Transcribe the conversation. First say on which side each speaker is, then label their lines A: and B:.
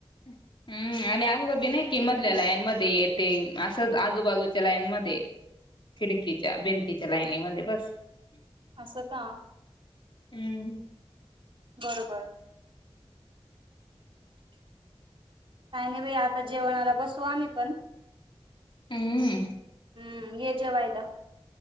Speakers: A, on the left (about 55°); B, on the right (about 60°).
A: हम्म आणि असी नाही कि मधल्या लायन मध्ये येते असंच आजूबाजूच्या लाईनमध्येध्ये खिडकीच्या भिंतीच्या लाईनीमध्ये बस
B: असं का
A: हम्म
B: बरोबर काही नाही बाई आता जेवणाला बसू आम्ही पण
A: हम्म
B: हम्म हे जेवायला